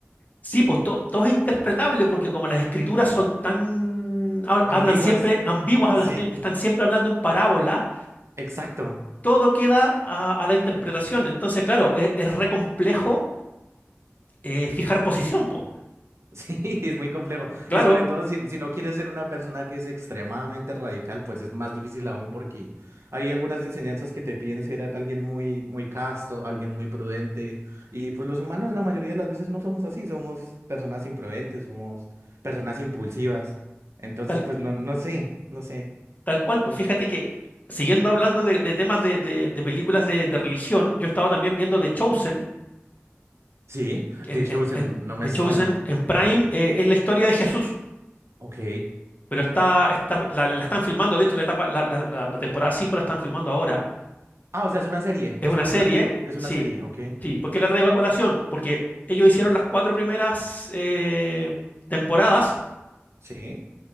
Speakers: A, on the left (about 35°); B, on the right (about 70°).
A: Sí, pues to- todo es interpretable porque como las escrituras son tan, hab-
B: Ambiguas,
A: hablan siempre ambiguas, hablan-
B: sí,
A: están siempre hablando en parábola,
B: exacto.
A: todo queda a, a la interpretación. Entonces, claro, es, es re complejo eh, fijar posición, pues.
B: Sí, <laughs> es muy complejo.
A: Claro,
B: Y sobre todo si, si no quieres ser una persona que es extremadamente radical, pues es más difícil aún porque hay algunas enseñanzas que te piden ser a- alguien muy, muy casto, alguien muy prudente. Y pues los humanos la mayoría de las veces no somos así, somos personas imprudentes, somos personas impulsivas. Entonces,
A: tal,
B: pues no, no sé, no sé.
A: tal cual, pues fíjate que siguiendo hablando de, de temas de, de- de películas de, de religión, yo estaba también viendo The Chosen,
B: Sí,
A: en,
B: The Chosen
A: en- en-
B: no me
A: The
B: suena.
A: Chosen en Prime, eh, es la historia de Jesús.
B: Ok.
A: Pero está, está, la, la están filmando, de hecho, la etapa, la, la- la- la temporada 5 la están filmando ahora.
B: Ah, o sea, es una serie,
A: Es
B: es
A: una
B: como
A: serie,
B: una tipo, es
A: sí,
B: una serie, ok.
A: sí. ¿Por qué la traigo a colación? Porque ellos hicieron las cuatro primeras eh, temporadas.
B: Sí.